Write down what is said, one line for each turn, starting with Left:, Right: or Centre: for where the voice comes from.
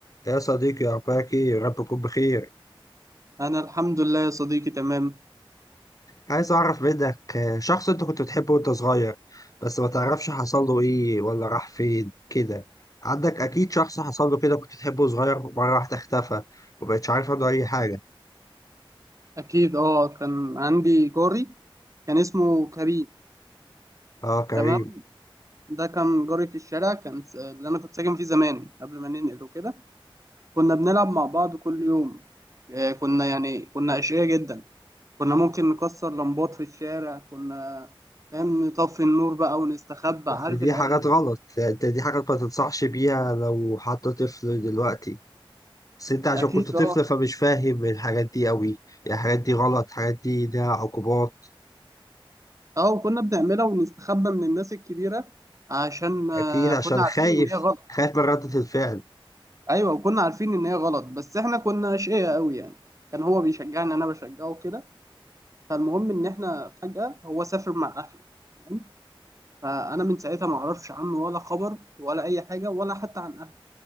Left: يا صديقي أخبارك إيه؟ يا رب تكون بخير،
Right: أنا الحمد لله يا صديقي تمام
Left: عايز أعرف منك آه، شخص أنت كنت بتحبه وأنت صغير بس ما تعرفش حصل له إيه ولا راح فين كده، عندك أكيد شخص حصل له كده كنت بتحبه صغير مرة واحدة اختفى ومبقتش عارف عنه أي حاجة،
Right: أكيد أه كان عندي جاري كان اسمه كريم
Left: آه كريم،
Right: تمام ده كان جاري في الشارع كان س- اللي أنا كنت ساكن فيه زمان قبل ما ننقل وكده كنا بنلعب مع بعض كل يوم آه، كنا يعني كنا أشقياء جدا كنا ممكن نكسر لمبات في الشارع كنا فاهم نطفي النور بقى ونستخبى
Left: بس
Right: عارف
Left: دي
Right: العيال
Left: حاجات غلط، أنت دي حاجات ما تنصحش بيها لو حد طفل دلوقتي، بس أنت عشان
Right: أكيد
Left: كنت طفل
Right: أه
Left: فمش فاهم الحاجات دي أوي، يعني الحاجات دي غلط، الحاجات دي ليها عقوبات،
Right: أه وكنا بنعملها ونستخبى من الناس الكبيرة عشان آه،
Left: أكيد عشان
Right: كنا عارفين
Left: خايف،
Right: إن هي غلط
Left: خايف من ردة الفعل.
Right: ايوه وكنا عارفين ان هي غلط بس احنا كنا اشقياء قوي يعني كان هو بيشجعني انا بشجعه كده فالمهم ان احنا فجأة هو سافر مع اهله تمام فانا من ساعتها ما اعرفش عنه ولا خبر ولا اي حاجه ولا حتى عن اهله